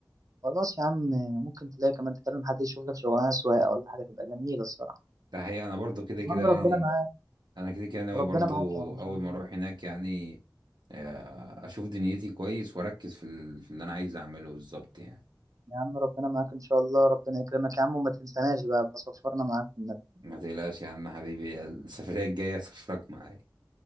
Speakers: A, on the right; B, on the right.
A: خلاص يا عم ممكن تلاقي كمان تكلم حد يشوف لك شغلانه سواقه ولا حاجه تبقى جميله الصراحه
B: ده حقيقة انا برضو كده
A: يا
B: كده
A: عم
B: يعني
A: ربنا معاك
B: انا كده كده ناوي
A: وربنا
B: برضو
A: معاك يا عم
B: اول
A: شادي.
B: ما اروح هناك يعني آه، اشوف دنيتي كويس واركز في ال- في اللي انا عايز اعمله بالظبط يعني
A: يا عم ربنا معاك ان شاء الله ربنا يكرمك يا عم وما تنساناش بقى بصفرنا معاك في النبي
B: ما تقلقش يا عم حبيبي السفرية الجاية سفرك معايا